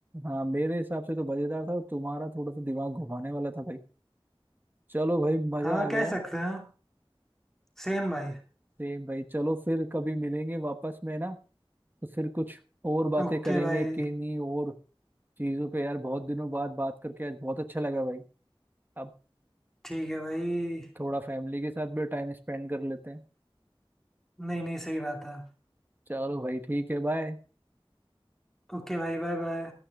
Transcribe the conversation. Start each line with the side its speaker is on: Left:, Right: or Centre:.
Right: हाँ मेरे हिसाब से तो मजेदार था और तुम्हारा थोड़ा सा दिमाग घुमाने वाला था भाई चलो भाई मजा
Centre: हाँ
Right: आ
Centre: कह
Right: गया
Centre: सकते हैं सेम भाई
Right: सेम भाई चलो फिर कभी मिलेंगे वापस में ना तो फिर कुछ और बातें
Centre: ओके
Right: करेंगे
Centre: भाई
Right: किन्हीं और चीजों पे यार बहुत दिनों बाद बात करके आज बहुत अच्छा लगा भाई अब
Centre: ठीक है भाई
Right: थोड़ा फैमिली के साथ भी टाइम स्पेंड कर लेते हैं
Centre: नहीं नहीं सही बात है
Right: चलो भाई ठीक है बाय
Centre: ओके भाई बाय बाय